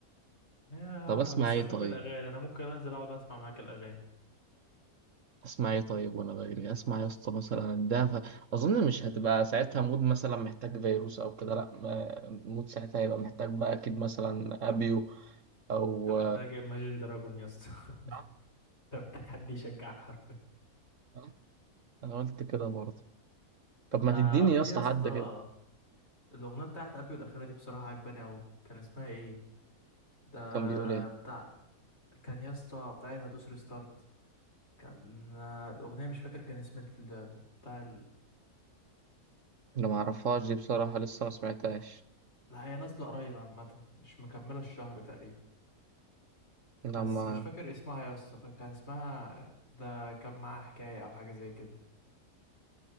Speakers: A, on the left; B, on the right.
A: يا
B: طب اسمع
A: بس
B: ايه
A: بحب
B: طيب
A: الأغاني أنا ممكن أنزل أقعد أسمع معاك الأغاني
B: اسمع ايه طيب وانا بجري اسمع يا اسطى مثلا ده ف... اظن مش هتبقى ساعتها مود مثلا محتاج فيروس او كده لا ما- مود ساعتها هيبقى محتاج بقى اكيد مثلا ابيو او
A: أنت محتاج Imagine دراجون يا اسطى <laughs>
B: صح
A: أنت محتاج حد يشجعك حرفيا
B: صح. انا قلت كده برضه طب
A: أنت
B: ما تديني يا
A: في
B: اسطى
A: يا اسطى
B: حد كده
A: الأغنية بتاعت أبيو الأخيرة دي بصراحة عجباني أوي كان اسمها إيه ده
B: كان بيقول ايه
A: بتاع كان يا اسطى بتاعت هدوس ريستارت كان آه، الأغنية مش فاكر كان اسم ال- بتاع
B: انا ما اعرفهاش دي بصراحه لسه ما سمعتهاش
A: لا هي نازلة قريب عامة مش مكملة الشهر تقريبا
B: انا
A: بس
B: ما
A: مش فاكر اسمها يا اسطى فكان اسمها ده كان معاها حكاية أو حاجة زي كده